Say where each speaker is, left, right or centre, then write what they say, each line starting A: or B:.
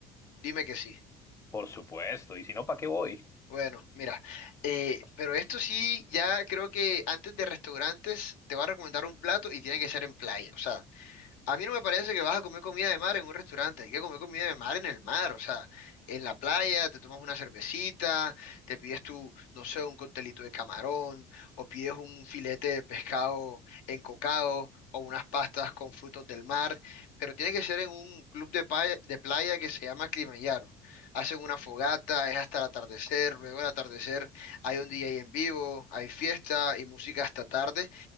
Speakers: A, on the left; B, on the left.
A: Dime que sí.
B: Por supuesto, y si no, ¿para qué voy?
A: Bueno, mira, eh, pero esto sí, ya creo que antes de restaurantes te va a recomendar un plato y tiene que ser en playa. O sea, A mí no me parece que vas a comer comida de mar en un restaurante, hay que comer comida de mar en el mar, o sea, en la playa, te tomas una cervecita, te pides tu, no sé, un coctelito de camarón, o pides un filete de pescado encocado, o unas pastas con frutos del mar, pero tiene que ser en un club de playa, de playa que se llama Climayaro. Hacen una fogata, es hasta el atardecer, luego del atardecer hay un DJ en vivo, hay fiesta y música hasta tarde